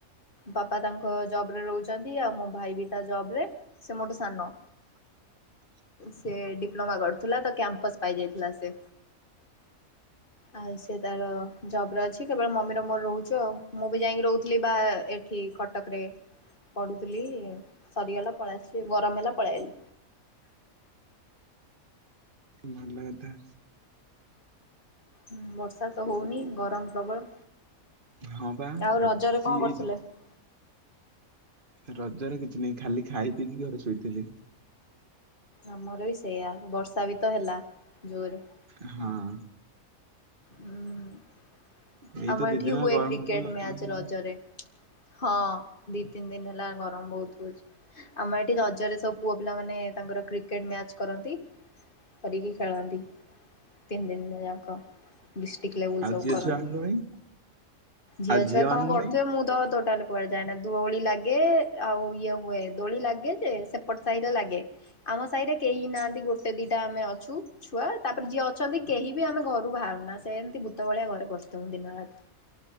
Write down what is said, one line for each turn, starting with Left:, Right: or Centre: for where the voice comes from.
Left: ବାପା ତାଙ୍କ ଜବ ରେ ରହୁଛନ୍ତି ଆଉ ମୋ ଭାଇ ବି ତା ଜବ ରେ ସେ ମୋଟେ ସାନ
Right: ହ
Left: ସେ ଡିପ୍ଲୋମା କରୁଥିଲା ତ କ୍ୟାମ୍ପସ ପାଇ ଯାଇଥିଲା ସେ ଆଉ ସେି ତାର ଜବ ର ଅଛି କେବଳ ମମି ମୋର ରହୁଛ ଆଉ ମୁଁ ବି ଯାଇକି ରହୁଥିଲି ବା ଏଠି କଟକରେ ପଢୁଥିଲି ସରିଗଲା ପଳେଇ ଗରମ ହେଲା ପଳେଇଲି
Right: ଭଲ ଲ କଥା
Left: ହୁଁ ବର୍ଷା ତ ହଉନି ଗରମ ପ୍ରବଳ
Right: ହଁ ବା
Left: ଆଉ ରଜରେ
Right: ଆଜି
Left: କଣ କରୁଥିଲେ?
Right: ଏଇ ରଜରେ କିଛି ନାହିଁ ଖାଲି ଖାଇ ପିଇକି ଘରେ ଶୋଇଥିଲି
Left: ଆମର ବି ସେଇୟଆ ବର୍ଷା ବି ତ ହେଲା ଜୁରେ
Right: ହଁ
Left: ହଁ
Right: ଏଇ
Left: ଆମରଠି
Right: ତ ଦି ଦିନ ହେଲା
Left: ହୁଏ
Right: ଗରମ
Left: କ୍ରିକେଟ
Right: ପୁଣି ଅଧିକ
Left: ମ୍ୟାଚ
Right: ହେଲାଣି।
Left: ରଜରେ ହଁ ଦି ତିନି ଦିନ ହେଲା ଗରମ ବହୁତ ହଉଛି ଆମର ଏଠି ରଜରେ ସବୁ ପୁଅ ପିଲା ମାନେ ତାଙ୍କର କ୍ରିକେଟ ମ୍ୟାଚ କରନ୍ତି କରିକି ଖେଳନ୍ତି ତିନି ଦିନ ଯାକ ଡିଷ୍ଟ୍ରିକ୍ଟ ଲେବୁଲ
Right: ଆଉ
Left: ସବ
Right: ଝିଅ
Left: କରନ୍ତି
Right: ଛୁଆମାନଙ୍କ ପାଇଁ
Left: ଝିଅଛୁଆ
Right: ଆଉ ଝିଅ ମାନଙ୍କ
Left: କଣ କରୁଥିବେ
Right: ପାଇଁ
Left: ମୁଁ ତ ଟୋଟାଲ କୁଆଡେ ଯାଏନା ଦୋଳି ଲାଗେ ଆଉ ଇଏ ହୁଏ ଦୋଳି ଲାଗେ ଯେ ସେପଟ ସାହିରେ ଲାଗେ ଆମ ସାହିରେ କେହି ନାହାନ୍ତି ଗୋଟେ ଦିଟା ଆମେ ଅଛୁ ଛୁଆ ତାପରେ ଯିଏ ଅଛନ୍ତି କେହି ବି ଆମେ ଘରକୁ ବାହାରୁନା ସେ ଏମିତି ଭୂତ ଭଳିଆ ଘରେ ପସିଥଉ ଦିନରାାତ